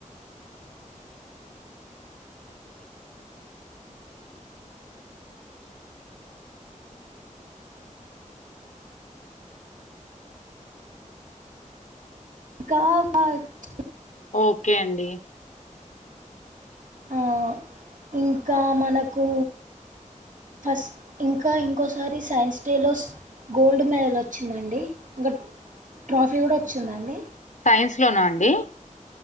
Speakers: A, on the right; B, on the left.
A: కా బ ప్చ్
B: ఓకే అండి
A: ఆ ఇంకా, మనకు ఫస్ట్ ఇంకా ఇంకోసారి సైన్స్ డే లో స్ గోల్డ్ మెడల్ వచ్చిందండి ఇంకా ట్రోఫీ కూడా వచ్చిందండి
B: సైన్స్ లోనా అండి